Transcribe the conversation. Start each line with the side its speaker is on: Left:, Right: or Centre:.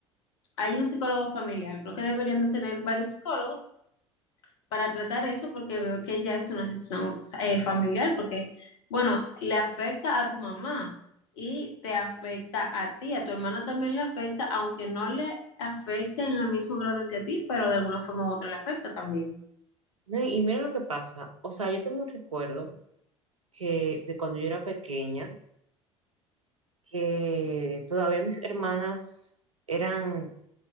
Left: hay un psicólogo familiar. Creo que deberían de tener varios psicólogos para tratar eso porque veo que ya es una situación eh, familiar porque, bueno, le afecta a tu mamá y te afecta a ti, a tu hermana también le afecta, aunque no le afecte en el mismo grado que a ti, pero de alguna forma u otra le afecta también.
Right: No, Y y mira lo que pasa. O sea, yo tengo un recuerdo que de cuando yo era pequeña, que todavía mis hermanas eran,